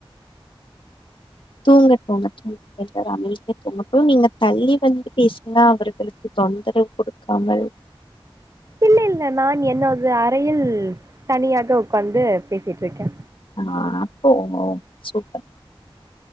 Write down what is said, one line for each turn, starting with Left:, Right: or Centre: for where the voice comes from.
Left: தூங்க தூங்கட்டும் எல்லாரு அமைதியா தூங்கட்டு நீங்க தள்ளி வந்து பேசுங்க அவர்களுக்கு தொந்தரவு குடுக்காமல்
Right: இல்ல இல்ல நா என்னோடது அறையில் தனியாக உக்காந்து பேசிட்ருக்கே
Left: ஆ அப்போ ஓ சூப்பர்